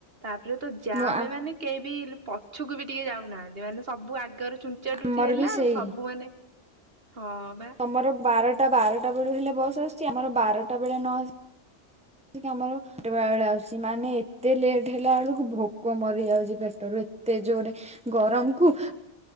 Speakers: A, on the right; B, in the centre.
A: ତାପରେ ତ ଯା
B: ମୁଁ
A: ଆମେ ମାନେ କେହି ବି ପଛକୁ ବି ଟିକେ ଯାଉନାହାନ୍ତି ମାନେ ସବୁ ଆଗରୁ ଚୁଞ୍ଚା ଟୁଚି
B: ଆମର
A: ହେଲା
B: ବି ସେଇ
A: ଆଉ ସବୁ ମାନେ ହଁ ବା
B: ତମର ବାରଟା ବାରଟା ବେଳୁ ହେଲେ ବସ ଆସିଛି ଆମର ବାରଟା ବେଳେ ନ ଆସି ଆମର ପଟ ବେଳେ ବେଳେ ଆସଛି ମାନେ ଏତେ ଲେଟ୍ ହେଲା ବେଳକୁ ଭୋକ ମରି ଯାଉଛି ପେଟରୁ। ତେ ଜୋରେ ଗରମ କୁ।